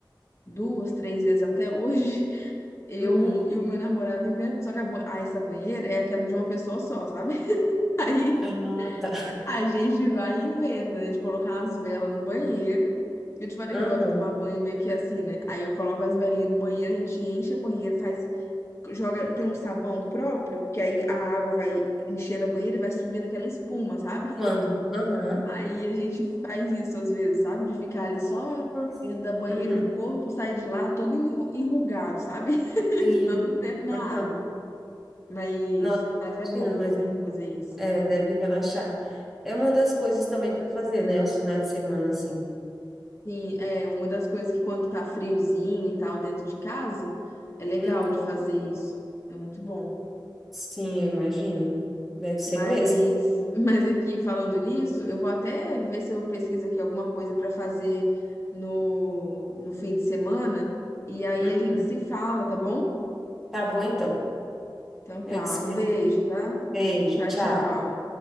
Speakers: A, on the left; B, in the centre.
A: duas, três vezes até hoje, <laughs> eu
B: Uhum.
A: e o meu namorado inventam. Só que a, ba- ah, essa banheira é aquela de uma pessoa só, sabe? <laughs> Aí.
B: Ah, tá.
A: A gente vai e inventa, né? De colocar as velas no banheiro. Eu te falei
B: Aham.
A: que eu gosto de tomar banho meio que assim, né? Aí eu coloco as velinhas no banheiro, a gente enche a banheira, faz, joga, tem um sabão próprio, que aí a água vai enchendo a banheira e vai subindo aquela espuma, sabe?
B: Mando. Aham.
A: Aí a gente faz isso às vezes, sabe? De ficar ali só
B: Nossa.
A: dentro da banheira,
B: Uhum.
A: o corpo sai de lá todo enru- enrugado, sabe? <laughs>
B: Sim.
A: De tanto tempo na
B: Aham.
A: água. Mas,
B: Nossa,
A: mas é
B: imagina,
A: bom
B: mas
A: também
B: deve-
A: fazer isso.
B: é, deve relaxar. É uma das coisas também para fazer, né? Os finais de semana, assim.
A: Sim, é uma das coisas que quando tá friozinho e tal dentro de casa, é legal
B: Uhum.
A: de fazer isso. É muito bom.
B: Sim, eu imagino. Deve ser
A: Mas,
B: mesmo.
A: <laughs> mas aqui, falando nisso, eu vou até ver se eu pesquiso aqui alguma coisa para fazer no, no fim de semana. E aí
B: Uhum.
A: a gente se fala, tá bom?
B: Tá bom, então.
A: Então
B: Eu
A: tá,
B: te espero.
A: um beijo, tá?
B: Beijo,
A: Tchau,
B: tchau.
A: tchau.